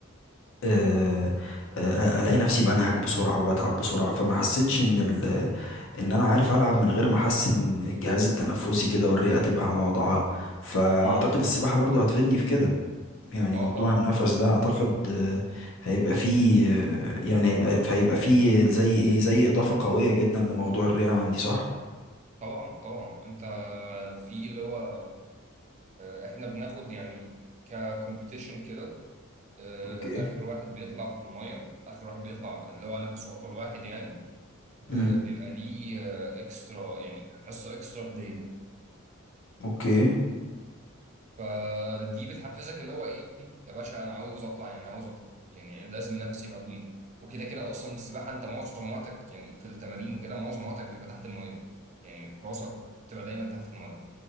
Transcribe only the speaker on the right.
امم
اه
طبعا
طبعا طبعا انت في اللي هو آه، احنا بناخد يعني ككومبيتيشن كده آه،
اخر واحد بيطلع في الميه اخر واحد بيطلع اللي هو نفسه اطول واحد يعني ب-
بيبقى ليه اكسترا يعني حصه اكسترا هديه
فدي بتحفزك اللي هو ايه يا باشا انا عاوز اطلع يعني عاوز اطلع يعني لازم نفسي يبقى طويل وكده كده اصلا السباحه انت معظم وقتك يعني في التمارين وكده معظم وقتك بيبقى تحت الميه يعني راسك بتبقى دايما تحت الميه